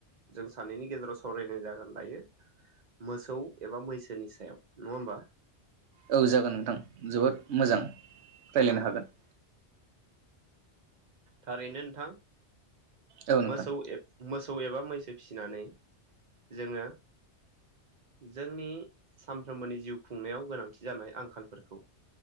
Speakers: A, on the right; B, on the right.
A: जों सानैनि गेजेराव सावरायनाय जागोन दायो मोसौ एबा मैसोनि सायाव नङा होमबा?
B: औ जागोन नोंथां जोबोद मोजां। रायज्लायनो
A: औ
B: हागोन।
A: थारैनो नोंथां।
B: औ नोंथां
A: मोसौ ए मोसौ। मोसौ एबा मैसो फिसिनानै जोङो जोंनि सानफ्रोमबोनि जिउ खुंनायाव गोनांथि जानाय आंखालफोरखौ